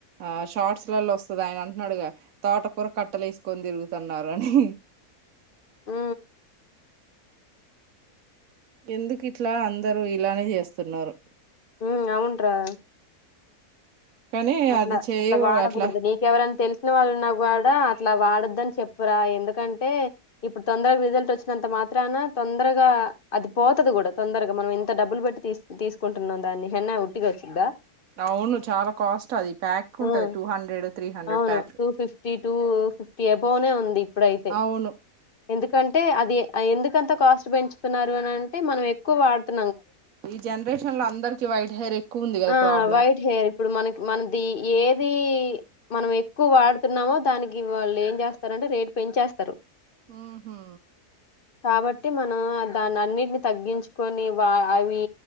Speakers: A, on the right (about 65°); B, on the left (about 40°).
A: ఆ షార్ట్స్ లలో వస్తది ఆయన అంటున్నాడుగా తోటకూర కట్టలు ఏసుకొని తిరుగుతున్నారు అని
B: ఉ
A: ఎందుకు ఇట్లా అందరు ఇలానే చేస్తున్నారు
B: ఉ అవును రా
A: కానీ
B: అట్లా
A: అది చేయ
B: అట్లా వాడకూడదు
A: అట్లా
B: నీకెవరన తెలిస్ న వాళ్ళున్నా కూడా అట్లా వాడద్దని చెప్పురా ఎందుకంటే ఇప్పుడు తొందరగా రిజల్ట్ వచ్చినంత మాత్రన తొందరగా అది పోతది కూడా తొందరగా మనం ఇంత డబ్బులు పెట్టి తీస్ తీసుకుంటున్నాం దాన్ని హెన్నా ఉట్టిగా వచ్చిద్దా
A: అవును చాలా కాస్ట్ అది ప్యాక్ ఉంటది
B: um
A: two hundred three hundred
B: అవును
A: pack
B: two fifty, two fifty above నే ఉంది ఇప్పుడైతే
A: అవును
B: ఎందుకంటే అది ఎందుకంత కాస్ట్ పెంచుతున్నారు అని అంటే మనం ఎక్కువ వాడు తున్
A: ఈ జనరేషన్ లో అందరికి వైట్ హెయిర్ ఎక్కువ ఉంది కదా
B: ఆ!
A: ప్రాబ్లం
B: వైట్ హెయిర్ ఇప్పుడు మనకి మనది ఏది మనం ఎక్కువ వాడుతున్నామో దానికి వాళ్ళు ఏం చేస్తారంటే రేటు పెంచేస్తారు
A: ఉహు
B: కాబట్టి మనం దాన్ని అన్నిటిని తగ్గించుకొని వా అవి